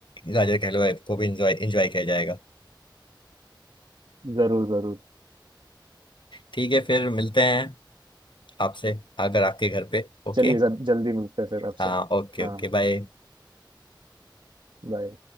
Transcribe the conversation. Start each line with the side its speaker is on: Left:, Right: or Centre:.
Left: गाजर का हलवा को भी इंजॉय इंजॉय किया जाएगा
Right: जरूर जरूर
Left: ठीक है फिर मिलते हैं आपसे अगर आपके घर पे ओके
Right: चलिए जब जल्दी मिलते हैं फिर आपसे
Left: हाँ ओके
Right: हाँ
Left: ओके बाय
Right: बाय